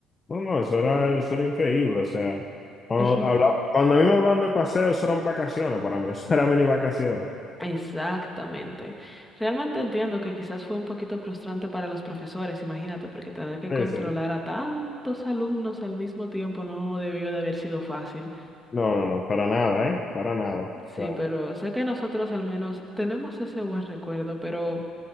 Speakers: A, on the left (about 30°); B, in the centre.
A: No, no, eso era, eso era increíble, o sea, cuando,
B: <laughs>
A: habla- cuando a mí me hablan de paseo, eso eran vacaciones para mí, <laughs> eso eran mini vacaciones.
B: Exactamente. Realmente entiendo que quizás fue un poquito frustrante para los profesores, imagínate, porque tener que controlar
A: Sí, sí.
B: a tantos alumnos al mismo tiempo no debió de haber sido fácil.
A: No, no, no, para nada, ¿eh? Para nada. O
B: Sí,
A: sea,
B: pero sé que nosotros al menos tenemos ese buen recuerdo, pero